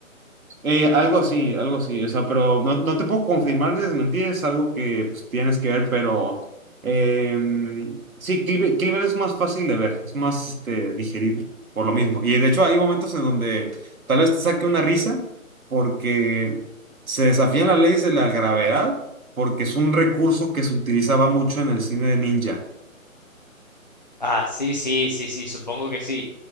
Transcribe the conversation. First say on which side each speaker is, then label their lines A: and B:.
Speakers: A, on the right (about 75°); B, on the left (about 30°).
A: Eh, algo así, algo así, o sea, pero no, no te puedo confirmar ni desmentir, es algo que pues, tienes que ver, pero em, sí, Cleaver, Cleaver es más fácil de ver, es más este, digerible, por lo mismo. Y de hecho hay momentos en donde tal vez te saque una risa porque se desafían las leyes de la gravedad, porque es un recurso que se utilizaba mucho en el cine de ninja. <laughs>
B: Ah, sí, sí, sí, sí, supongo que sí.